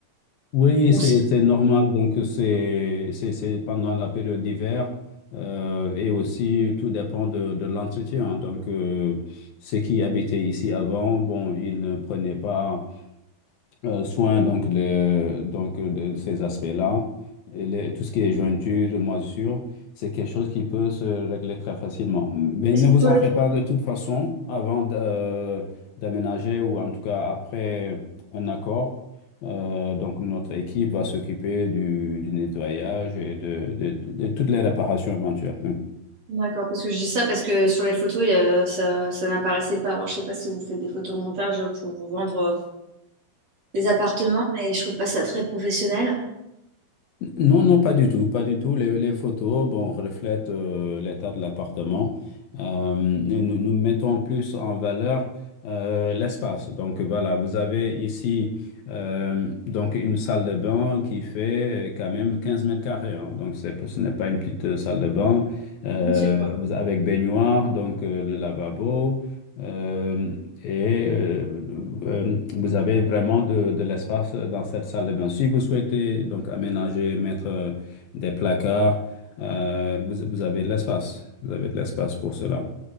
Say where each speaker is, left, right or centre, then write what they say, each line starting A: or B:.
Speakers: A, on the left; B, on the right.
A: Oui,
B: on
A: c'est
B: s'y-
A: c'est normal. Donc, c'est c'est- c'est pendant la période d'hiver euh, et aussi tout dépend de, de l'entretien. Donc, euh, ceux qui habitaient ici avant, bon, ils ne prenaient pas euh, soin donc, les, donc euh, de ces aspects-là. Et les- tout ce qui est jointure, moisissure, c'est quelque chose qui peut se régler très facilement. Mais
B: Est-ce
A: ne
B: que
A: vous
B: sur
A: en
B: les-
A: faites pas de toute façon avant d'a- d'aménager ou en tout cas après un accord. Euh, donc notre équipe va s'occuper du, du nettoyage et de, de- de- de toutes les réparations éventuelles.
B: D'accord, parce que je dis ça parce que sur les photos, il y a- ça, ça n'apparaissait pas. Alors, je sais pas si vous faites des photomontages pour vendre euh, des appartements, mais je trouve pas ça très professionnel.
A: Non, non, pas du tout, pas du tout. Les, les photos, bon, reflètent euh, l'état de l'appartement. Euh, nous, nous mettons plus en valeur euh, l'espace. Donc voilà, vous avez ici euh, donc une salle de bain qui fait euh, quand même 15 mètres carrés. hein. Donc c'est, ce n'est pas une petite euh, salle de bain euh,
B: Non, c'est correct.
A: vous- avec baignoire, donc euh, le lavabo. Euh, et euh, euh, vous avez vraiment de, de l'espace dans cette salle de bain. Si vous souhaitez donc aménager, mettre euh, des placards, euh, vous, vous avez de l'espace. Vous avez de l'espace pour cela.